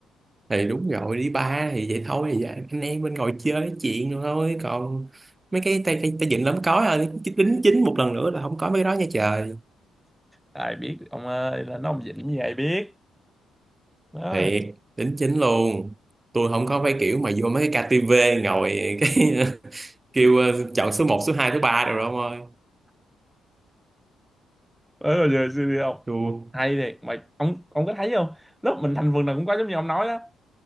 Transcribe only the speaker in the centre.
ai biết được ông ơi là nó ông dĩnh như vậy biết đó
ờ giờ xưa đi không
hay thiệt mà ông ông có thấy không lúc mình thành vườn nào cũng có giống như ông nói đó